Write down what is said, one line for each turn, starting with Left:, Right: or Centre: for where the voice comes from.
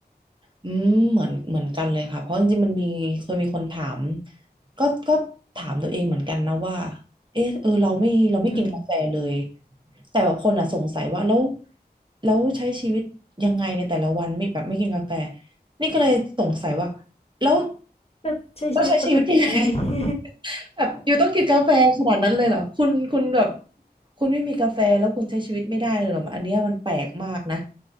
Right: อืมเหมือนเหมือนกันเลยค่ะเพราะจริงๆมันมีเคยมีคนถามก็ก็ถามตัวเองเหมือนกันนะว่าเออเออเราไม่เราไม่กินกาแฟเลย
Left: อืมอืม
Right: แต่แบบคนอ่ะสงสัยว่าแล้วแล้วใช้ชีวิตยังไงในแต่ละวันไม่แบบไม่กินกาแฟนี่ก็เลยสงสัยว่าแล้ว
Left: ก็ใช้ชีวิตปกติไง
Right: แล้วใช้ชีวิตยังไง
Left: <laughs>
Right: <laughs> แบบอยู่ต้องกินกาแฟขนาดนั้นเลยเหรอคุณคุณแบบคุณไม่มีกาแฟแล้วคุณใช้ชีวิตไม่ได้เลยเหรออันเนี้ยมันแปลกมากนะ